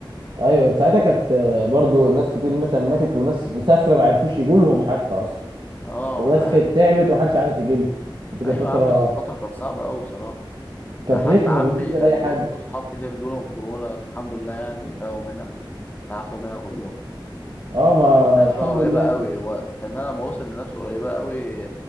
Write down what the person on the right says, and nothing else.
ايوه ساعتها كانت آه، برضو ناس كتير مثلا ماتت وناس مسافره ما عرفوش يجوا لهم حتى اصلا
وناس
كانت تعبت ومحدش عارف يجي له دي كانت
فتره
كانت
رخمه
بالنسبه
لاي حد
اه ما
الحمد
لله